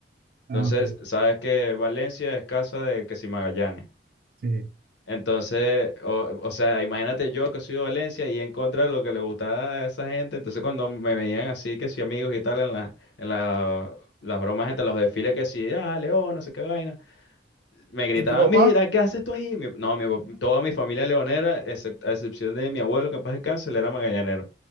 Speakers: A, on the left; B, on the right.
A: Entonces,
B: Ah, ok.
A: sabes que Valencia es casa de que si Magallanes.
B: Sí.
A: Entonces, o, o sea, imagínate yo que soy de Valencia y en contra de lo que le gustaba a esa gente. Entonces, cuando me veían así, que si amigos y tal, en la, en la- las bromas entre los desfiles, que si, ah, León, no sé qué vaina, me gritaban,
B: ¿Y tu papá?
A: mira, ¿qué haces tú ahí? Mi- no, mi, toda mi familia leonera, excep- a excepción de mi abuelo, que en paz descanse, él era magallanero.